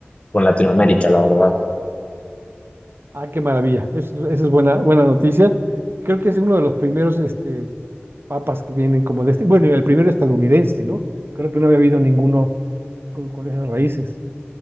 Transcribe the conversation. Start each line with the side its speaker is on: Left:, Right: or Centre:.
Left: con Latinoamérica, la verdad.
Right: Ah, qué maravilla. Eso, eso es buena, buena noticia. Creo que es uno de los primeros este, papas que vienen como de este. Bueno, y el primero estadounidense, ¿no? Creo que no había habido ninguno con, con esas raíces.